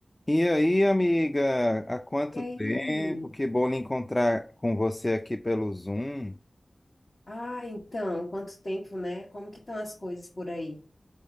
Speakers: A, on the left; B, on the left.
A: E aí, amiga, há quanto
B: E aí?
A: tempo? Que bom lhe encontrar com você aqui pelo Zoom.
B: Ah, então, quanto tempo, né? Como que estão as coisas por aí?